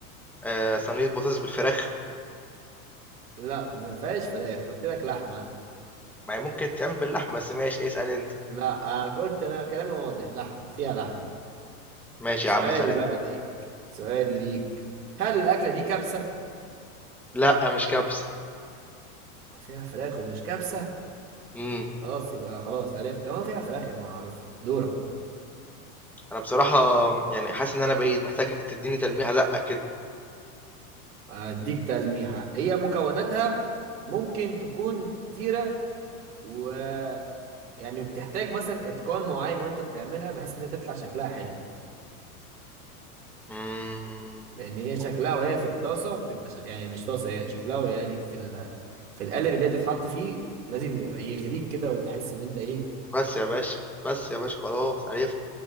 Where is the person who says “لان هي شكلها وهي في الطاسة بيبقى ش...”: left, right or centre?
Right